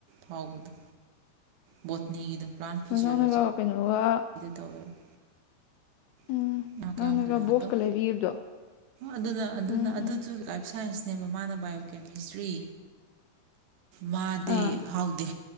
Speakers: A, on the right (about 80°); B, on the left (about 85°).
A: ꯐꯥꯎꯕꯗꯣ ꯕꯣꯠꯅꯤꯒꯤꯗꯣ ꯄ꯭ꯂꯥꯟ ꯐꯤꯖꯤꯣꯂꯣꯖꯤꯗ
B: ꯃꯣꯏꯅꯥꯎꯅꯒ ꯀꯩꯅꯣꯒ
A: ꯇꯧꯋꯦꯕ
B: ꯎꯝ
A: <unintelligible> ꯀꯌꯥꯝ
B: ꯅꯪꯅꯒ
A: ꯀꯨꯜꯂꯦ
B: ꯕꯣꯛꯁꯀ
A: ꯑꯗꯨ
B: ꯂꯩꯕꯤꯈꯤꯕꯗꯣ
A: ꯑꯗꯨꯅ ꯑꯗꯨꯅ
B: ꯎꯝ
A: ꯑꯗꯨꯁꯨ
B: ꯎꯝ
A: ꯂꯥꯏꯐ ꯁꯥꯏꯟꯁ ꯅꯦꯕ ꯃꯥꯅ ꯕꯥꯏꯑꯣꯀꯦꯃꯤꯁꯇ꯭ꯔꯤ ꯃꯥꯗꯤ
B: ꯑꯥ
A: ꯐꯥꯎꯗꯦ